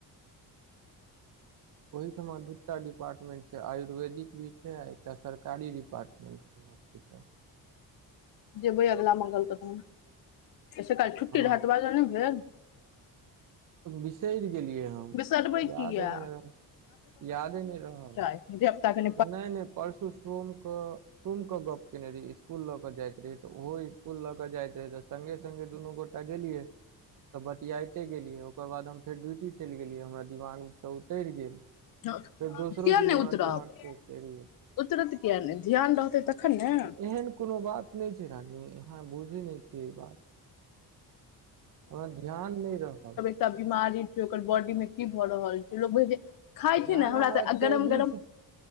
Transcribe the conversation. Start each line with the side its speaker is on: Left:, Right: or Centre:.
Right: ओहिठमा दू टा डिपार्टमेंट छै आयुर्वेदिक भी छै आ एकटा सरकारी डिपार्टमेंट छै हॉस्पिटल
Left: जेबै अगिला मंगलके तन स काल
Right: हॉस्पिटल
Left: छुट्टी रह तऽ बाज ने भेल
Right: बिसरि गेलियै हम
Left: बिसरबै
Right: याद
Left: किया
Right: नहि रहल यादे नहि रहल
Left: जेब तकनि
Right: नहि नहि परसू सोमके गप्प कयने रहिय इसकुल लऽ कऽ जाइत रहहिै तऽ ओहो इसकुल ल के जाइत रहियै तऽ सङगे सगे दुनू गोटा गेलियै तऽ बतियाइते गेलियै ओकर बाद हम फेर ड्यूटी चलि गेलियै हमरा दिमाग तऽ उतरि गेल
Left: किया
Right: फेर दोसरो दिन
Left: नहि
Right: हमरा
Left: उतरब
Right: दिमाग गेल
Left: उतरत किया नहि ध्यान रहतै तखन ने
Right: एहन कोनो बात नहि बूझीलियै आहा बुझय नहि छियै ई बात हमरा ध्यान नहि रहल
Left: सब बीमारी छै ओकर बॉडी मे की भऽ रहल छै लोक खाइ
Right: ध्यान
Left: छी ने हमरा तऽ
Right: चौबीस
Left: गरम गरम